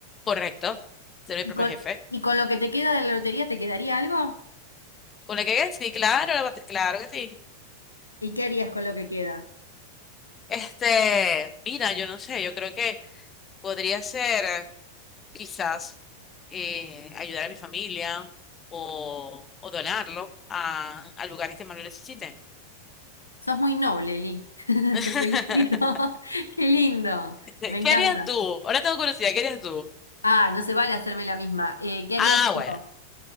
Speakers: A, on the left (about 25°); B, on the left (about 80°).
A: Correcto, ser mi
B: ¿Y
A: propio
B: con,
A: jefe.
B: y con lo que te queda de la lotería, te quedaría algo?
A: ¿Con la que sí, claro, la bat- claro que sí.
B: ¿Y qué harías con lo que queda?
A: Este, mira, yo no sé, yo creo que podría ser eh, quizás eh, ayudar a mi familia o, o donarlo a, a lugares que más lo necesiten.
B: Sos muy noble, Li. <laughs>
A: <laughs>
B: Te felicito. <laughs> Qué lindo.
A: ¿Qué
B: Me encanta.
A: harías tú? Ahora tengo curiosidad, ¿qué harías tú?
B: Ah, no se vale hacerme la misma. Eh, ¿qué haría
A: Ah,
B: yo?
A: bueno.